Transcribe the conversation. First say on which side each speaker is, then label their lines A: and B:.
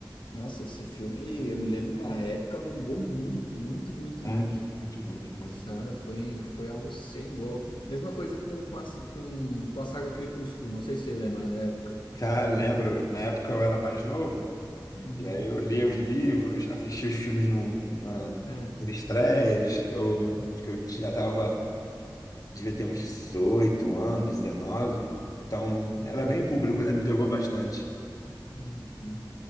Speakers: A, on the left; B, on the left.
A: Nossa, esse filme, eu me lembro na época, bombou muito, muito, muito,
B: Muito,
A: muito.
B: muito, muito, muito,
A: Sabe?
B: muito.
A: Foi, foi algo sem igual. Mesma coisa com, com, a, com, com a saga Crepúsculo, não sei se você lembra da época.
B: Já lembro, na época eu era mais novo,
A: Uhum.
B: e aí eu lia os livros, assistia os filmes no, na, nas
A: É.
B: estreias, eu, acho
A: Uhum.
B: que eu já tava, devia ter uns 18 anos, dezenove então
A: Uhum.
B: era bem público, né? Me pegou bastante.
A: Uhum.